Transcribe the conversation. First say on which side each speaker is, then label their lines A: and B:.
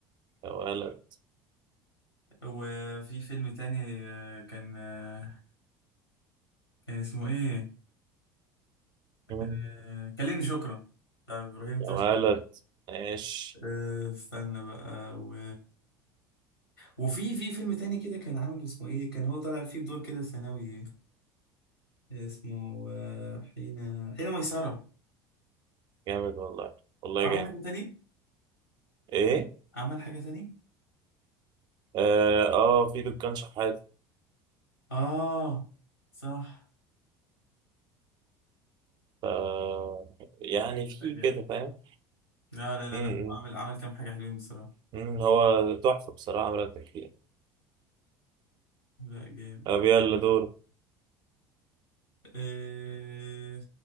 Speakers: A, on the right; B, on the left.
A: يا ولد
B: وفي فيلم تاني آه كان آه كان اسمه ايه
A: مم.
B: آه كلمني شكرا بتاع إبراهيم
A: يا
B: توش
A: ولد
B: كده.
A: ماشي
B: آه، استنى بقى و... وفي في فيلم تاني كده كان عامل اسمه ايه كان هو طالع فيه بدور كده ثانوي اسمه آه، حين حين ميسرة
A: جامد والله والله
B: وعمل
A: جامد
B: حاجة تاني
A: إيه
B: عمل حاجة تاني
A: اه آه، في دكان شحات
B: اه صح
A: آه يعني
B: لا
A: في
B: لا جامد
A: كده فاهم
B: لا لا لا
A: م- م-
B: لا عمل عمل كام حاجة حلوين بصراحة
A: م، هو تحفة بصراحة عملت تكفير
B: لا جامد
A: طب يلا دور
B: آه...